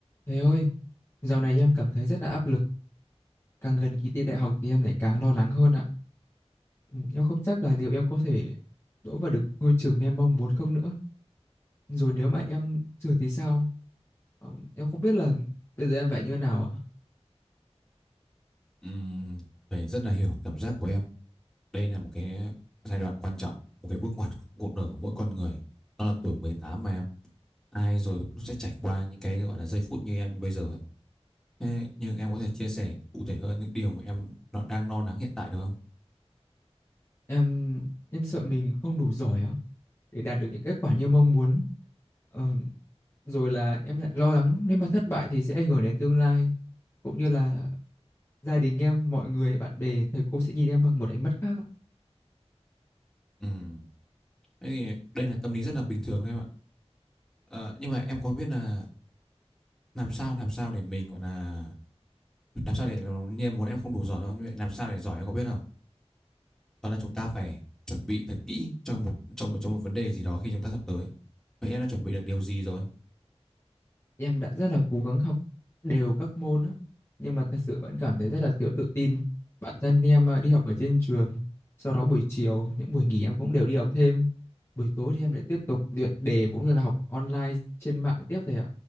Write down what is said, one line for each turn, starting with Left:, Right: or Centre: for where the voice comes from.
Left: Thầy ơi, dạo này em cảm thấy rất là áp lực. Càng gần kỳ thi đại học thì em lại càng lo lắng hơn ạ. Ừ, Em không chắc là liệu em có thể đỗ vào được ngôi trường mà em mong muốn không nữa. Rồi nếu mà em trượt thì sao? Ờ, Em không biết là bây giờ em phải như thế nào ạ.
Centre: Ừm, thầy rất là hiểu cảm giác của em. Đây là một cái giai đoạn quan trọng, một cái bước ngoặt của cuộc đời của mỗi con người. Đó là tuổi 18 mà em. Ai rồi cũng sẽ trải qua những cái gọi là giây phút như em như bây giờ ấy. Thế nhưng em có thể chia sẻ cụ thể hơn những điều mà em nó- đang lo lắng hiện tại được không?
Left: Em em sợ mình không đủ giỏi á để đạt được những kết quả như mong muốn. Ờ, Rồi là em lại lo lắng nếu mà thất bại thì sẽ ảnh hưởng đến tương lai cũng như là gia đình em, mọi người, bạn bè, thầy cô sẽ nhìn em bằng một ánh mắt khác ạ.
Centre: Ừm, Thế thì đây là tâm lý rất là bình thường đấy em ạ. Ờ, nhưng mà em có biết là làm sao làm sao để mình gọi là làm sao để nhiên muốn em không đủ giỏi đâu, nhưng mà làm sao để giỏi em có biết không? đó là chúng ta phải chuẩn bị thật kỹ cho một cho một cho một vấn đề gì đó khi chúng ta sắp tới vậy em đã chuẩn bị được điều gì rồi
Left: Em đã rất là cố gắng học đều các môn á, nhưng mà thật sự vẫn cảm thấy rất là thiếu tự tin. Bản thân em à, đi học ở trên trường, sau đó buổi chiều, những buổi nghỉ em cũng đều đi học thêm. Buổi tối thì em lại tiếp tục luyện đề cũng như là học online trên mạng tiếp thầy ạ.